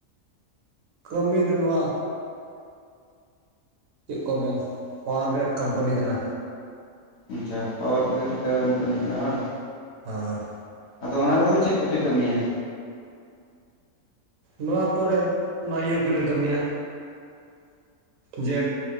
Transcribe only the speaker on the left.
ᱟᱪᱪᱷᱟ ᱯᱟᱣᱟᱨ ᱜᱨᱤᱰ ᱠᱢᱯᱟᱱᱤ ᱠᱟᱱᱟ ᱵᱟᱝ
ᱟᱫᱚ ᱚᱱᱟ ᱨᱮᱫᱚ ᱪᱮᱫ ᱠᱚᱯᱮ ᱠᱟᱹᱢᱤᱭᱟ?